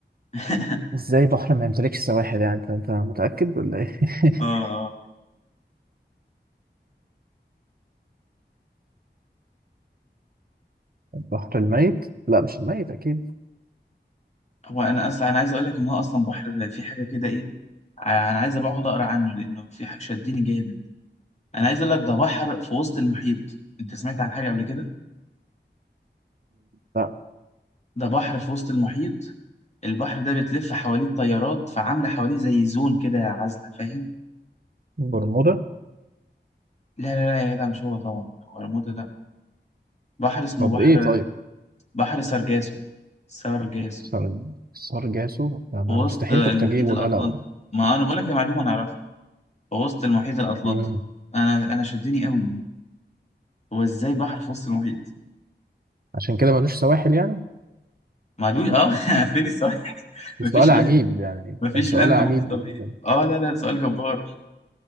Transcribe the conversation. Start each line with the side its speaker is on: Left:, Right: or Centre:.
Left: <laughs>
Right: ازاي بحر ما يمتلكش سواحل يعني انت انت متأكد ولا ايه <laughs>
Left: أه أه
Right: البحر الميت لا مش الميت اكيد
Left: هو أنا أصلا أنا عايز أقول لك إن هو أصلا بحر في حاجة كده إيه أنا عايز أبقى أقعد أقرأ عنه لأنه في حاجة شدني جامد أنا عايز أقول لك ده بحر في وسط المحيط أنت سمعت عن حاجة قبل كده
Right: لا
Left: ده بحر في وسط المحيط البحر ده بتلف حواليه التيارات فعاملة حواليه زي زون كده عازلة فاهم
Right: برمودا
Left: لا لا لا يا جدع مش هو طبعا ولا مود بحر اسمه
Right: طب
Left: بحر
Right: ايه طيب
Left: بحر سرجاسو سرجاسو
Right: سر... سرجاسو ده,
Left: في
Right: ده
Left: وسط
Right: مستحيل
Left: المحيط
Right: كنت اجيبه
Left: الأطلنطي
Right: ده لو
Left: ما أنا بقول لك يا معلومة أنا أعرفها في وسط المحيط الأطلنطي
Right: مم.
Left: أنا أنا شدني قوي هو إزاي بحر في وسط المحيط
Right: عشان كده ملوش سواحل يعني
Left: معلوم أه <laughs> فين السؤال
Right: بس
Left: مفيش
Right: سؤال
Left: لاند
Right: عجيب يعني
Left: مفيش
Right: كان سؤال
Left: لاند
Right: عجيب
Left: محيط
Right: بالنسبة
Left: بيه
Right: لي.
Left: أه لا لا سؤال جبار